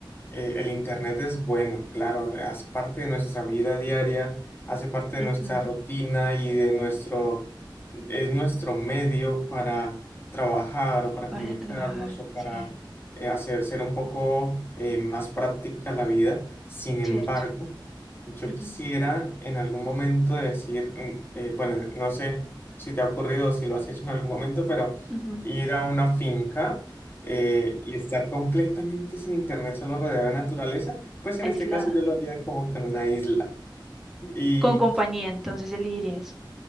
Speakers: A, on the left; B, in the centre.
A: eh, el Internet es bueno, claro, hace parte de nuestra vida diaria, hace parte
B: Ujú.
A: de nuestra rutina y de nuestro, es nuestro medio para trabajar o para
B: Para
A: comunicarnos
B: trabajar,
A: o para
B: sí.
A: eh, hacer ser un poco eh, más práctica la vida. Sin embargo,
B: Cierto.
A: yo
B: Ujú,
A: quisiera en algún momento decir, mm, eh, bueno, no sé si te ha ocurrido o si lo has hecho en algún momento, pero
B: ujú.
A: ir a una finca eh, y estar completamente sin internet solo rodeado de naturaleza, pues
B: Aislado.
A: en este caso yo lo haría como con una isla. Y
B: Con compañía, entonces elegirías.